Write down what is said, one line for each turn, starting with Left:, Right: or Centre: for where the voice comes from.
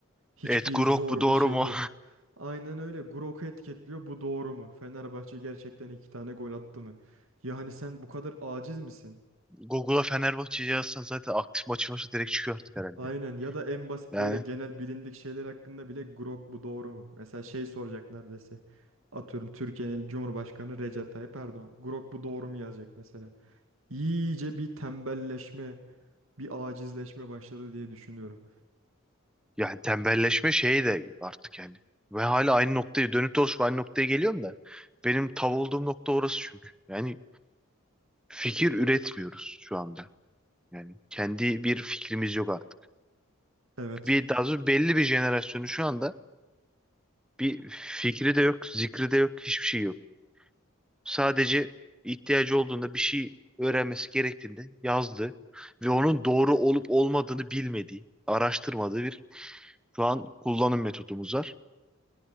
Right: Hiçbir
Centre: Evet Grok
Right: zor
Centre: bu doğru
Right: bir şey
Centre: mu?
Right: yok. Aynen öyle Grok'u etiketliyor bu doğru mu? Fenerbahçe gerçekten iki tane gol attı mı? Ya hani sen bu kadar aciz misin?
Centre: <laughs> Google'a Fenerbahçe'yi yazsan zaten aktif maçı maçı direkt çıkıyor artık herhalde.
Right: Aynen ya da en basit
Centre: Yani,
Right: böyle genel bilindik şeyler hakkında bile Grok bu doğru mu? Mesela şey soracak neredeyse. Atıyorum Türkiye'nin Cumhurbaşkanı Recep Tayyip Erdoğan. Grok bu doğru mu yazacak mesela. İyice bir tembelleşme, bir acizleşme başladı diye düşünüyorum.
Centre: yani tembelleşme şeyi de artık yani. Ve hala aynı noktaya dönüp dolaşıp aynı noktaya geliyorum da. Benim tav olduğum nokta orası çünkü. Yani fikir üretmiyoruz şu anda. Yani kendi bir fikrimiz yok artık.
Right: Evet.
Centre: Bir daha doğrusu belli bir jenerasyonu şu anda bir fikri de yok, zikri de yok, hiçbir şey yok. Sadece ihtiyacı olduğunda bir şey öğrenmesi gerektiğinde yazdı ve onun doğru olup olmadığını bilmediği, araştırmadığı bir şu an kullanım metodumuz var.